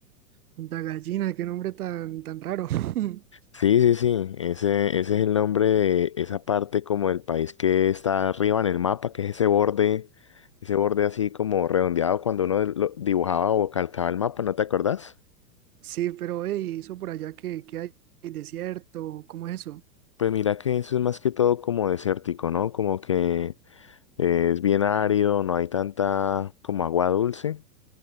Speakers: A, on the right; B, on the left.
A: Punta Gallina, qué nombre tan, tan raro. <laughs>
B: Sí, sí, sí, ese, ese es el nombre de esa parte como del país que está arriba en el mapa, que es ese borde, ese borde así como redondeado cuando uno lo dibujaba o calcaba el mapa, ¿no te acordás?
A: Sí, pero hey, ¿y eso por allá que, hay ¿Hay desierto, ¿cómo es eso?
B: Pues mira que eso es más que todo como desértico, ¿no? Como que es bien árido, no hay tanta como agua dulce